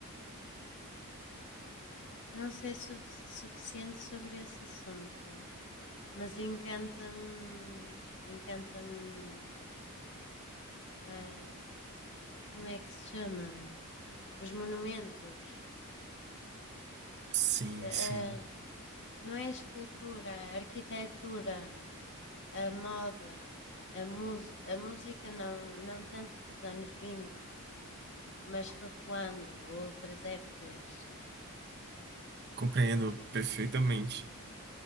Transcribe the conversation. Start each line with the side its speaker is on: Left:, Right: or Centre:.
Left: Não sei su- su- suficiente sobre esse assunto. Mas encanta-me, encanta-me, ah, como é que se chama? Os monumentos.
Right: Sim,
Left: Ah,
Right: sim,
Left: ah, não é a escultura, a arquitetura, a moda, a, mus- a música não, não tanto dos anos 20, mas recuando a outras épocas.
Right: compreendo perfeitamente.